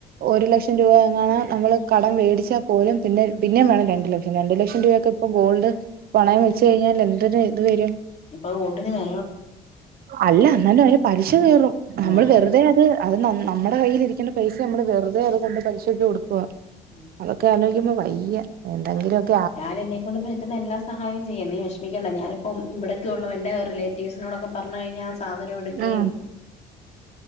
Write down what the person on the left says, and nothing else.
ഇപ്പ ഗോൾഡിന് ന
ആന്ന്
ഉം
ഞാൻ എന്നെക്കൊണ്ട് പറ്റുന്ന എല്ലാ സഹായോം ചെയ്യും നീ വെഷമിക്കെണ്ടാ ഞാനിപ്പം ഇവിടെക്കെയൊള്ള എന്റെ റിലേ റ്റീവ്സിനോടൊക്കെ പറഞ്ഞ് കഴിഞ്ഞാ സാധനം എടുക്കെയും